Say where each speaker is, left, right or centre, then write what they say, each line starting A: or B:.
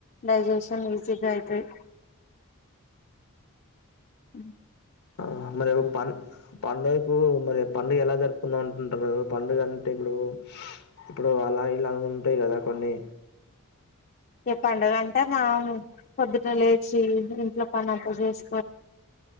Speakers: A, on the left (about 40°); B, on the left (about 75°).
A: డైజెషన్ ఈజీగా అయితది మ్
B: ఆ మరి పన్ పండుగకు మరి పండుగ ఎలా జరుపుందాం అంటుంటారు పండుగ అంటే ఇప్పుడు ఇప్పుడు అలా ఇలగ ఉంటయి కదా కొన్ని
A: ఇగ పండుగ అంటే మా పొద్దుట లేచి ఇంట్లో పనంతా చేసి